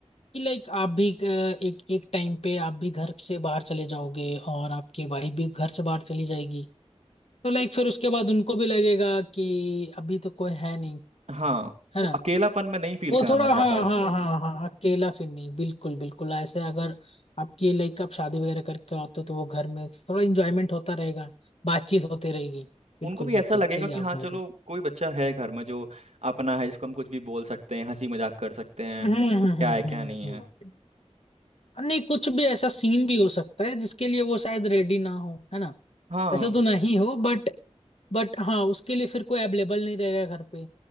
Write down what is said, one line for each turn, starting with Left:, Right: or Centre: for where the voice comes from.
Left: कि लाइक आप भी अ, एक एक टाइम पे आप भी घर से बाहर चले जाओगे और आपकी वाइफ भी घर से बाहर चली जाएगी तो लाइक फिर उसके बाद उनको भी लगेगा कि अभी तो कोई है नहीं
Right: हाँ
Left: है
Right: वो
Left: ना
Right: अकेलापन में नहीं फील
Left: वो
Right: कराना
Left: थोड़ा
Right: चाहता
Left: हाँ
Right: उनको
Left: हाँ हाँ हाँ अकेला फिर नहीं बिल्कुल बिल्कुल ऐसे अगर आपकी लाइक आप शादी वगैरह करके होते हो तो वो घर में थोड़ा इंजॉयमेंट होता रहेगा बातचीत होते रहेगी बिल्कुल
Right: उनको भी
Left: बिल्कुल
Right: ऐसा लगेगा
Left: सही
Right: कि
Left: आप
Right: हाँ
Left: बोल
Right: चलो
Left: रहे हो
Right: कोई बच्चा है घर में जो अपना है जिसको हम कुछ भी बोल सकते हैं हंसी मजाक कर सकते हैं
Left: हम्म
Right: क्या
Left: हम्म हम्म
Right: है क्या नहीं
Left: हम्म
Right: है
Left: हम्म नहीं कुछ भी ऐसा सीन भी हो सकता है जिसके लिए वो शायद रेडी ना हो है ना
Right: हाँ
Left: ऐसा तो नहीं हो बट बट हाँ उसके लिए फिर कोई अवेलेबल नहीं रहेगा घर पे